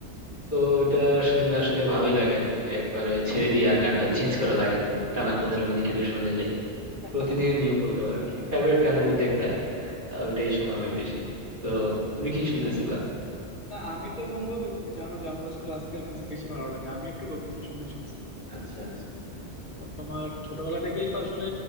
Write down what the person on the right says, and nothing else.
তো এটা শুনলে আসলে ভালোই লাগে আর কি যে একবারে ছেড়ে দিই আর গান টান চেঞ্জ করা লাগে না টানা
পনেরো মিনিট এটা শুনে যাই
প্রতিদিনের নিয়ম বলতে পারো আর কি ফেভারিট গানের মধ্যে একটা আহ, ওইটাই শোনা হয় বেশি তো তুমি কি শুনতেছিলা
আচ্ছা আচ্ছা